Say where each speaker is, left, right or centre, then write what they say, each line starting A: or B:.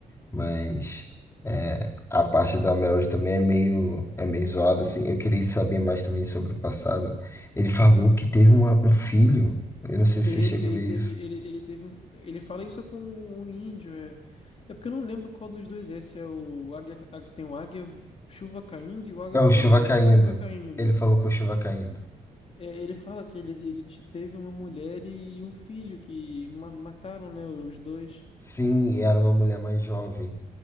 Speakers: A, on the left; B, on the left.
A: Mas é, a parte da Mary também é meio, é meio zoada, assim. Eu queria saber mais também sobre o passado. Ele falou que teve uma- um filho. Eu não sei se
B: Teve,
A: você chegou
B: ele
A: a ver isso.
B: teve, ele, ele teve um. Ele fala isso com o índio, é. É porque eu não lembro qual dos dois é, se é o águia, a- tem o águia, chuva caindo e o águia
A: É,
B: voando,
A: o Chuva
B: mas
A: Caindo.
B: acho que é o chuva caindo.
A: Ele falou com o Chuva Caindo.
B: É, ele fala que ele, ele te- teve uma mulher e, e um filho que ma- mataram, né, os dois.
A: Sim, e era uma mulher mais jovem.